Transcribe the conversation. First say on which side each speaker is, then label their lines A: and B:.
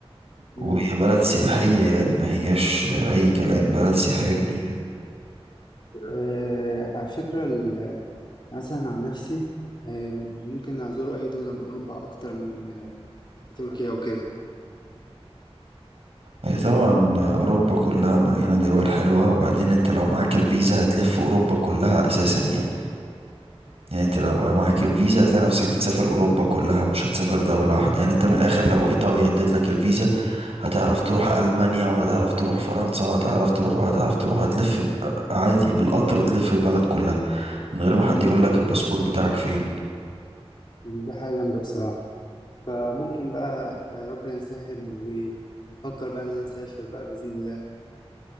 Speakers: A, on the right; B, on the left.
A: وهي
B: امم
A: بلد
B: تمام
A: سياحية يعني ما هياش أي كلام بلد سياحية كبيرة
B: آه على فكرة مثلا عن نفسي آم، ممكن أزور أي دولة من أوروبا أكتر من آه، تركيا وكده
A: هي طبعا أوروبا كلها مليانة دول حلوة وبعدين أنت لو معاك الفيزا هتلف أوروبا كلها أساسا يعني يعني أنت لو معاك الفيزا هتلاقي نفسك بتسافر أوروبا كلها مش هتسافر دولة واحدة يعني أنت من الآخر لو إيطاليا اديت لك الفيزا هتعرف تروح ألمانيا وهتعرف تروح فرنسا وهتعرف تروح وهتعرف تروح هتلف ب- عادي بالقطر تلف البلد كلها من غير ما حد
B: مم.
A: يقول لك الباسبور بتاعك فين
B: دي حاجة جامدة بصراحة فممكن بقى آه، ربنا يسهل وفكر بقى إن أنا أسافر بقى بإذن الله